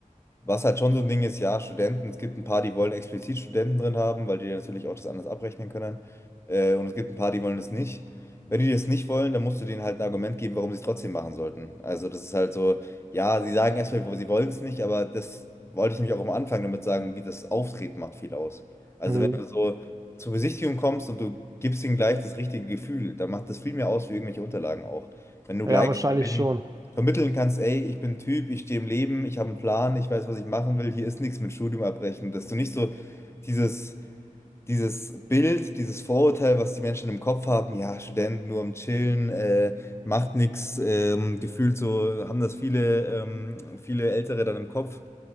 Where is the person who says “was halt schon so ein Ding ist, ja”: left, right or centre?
Left